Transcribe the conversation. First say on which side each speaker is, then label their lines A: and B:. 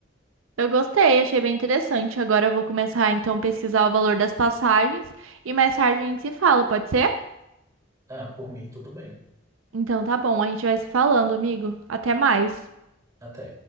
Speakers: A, on the right; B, on the right.
A: Eu gostei, achei bem interessante. Agora eu vou começar então a pesquisar o valor das passagens e mais tarde a gente se fala, pode ser?
B: Ah, por mim, tudo bem.
A: Então tá bom, a gente vai se falando, amigo. Até mais.
B: Até.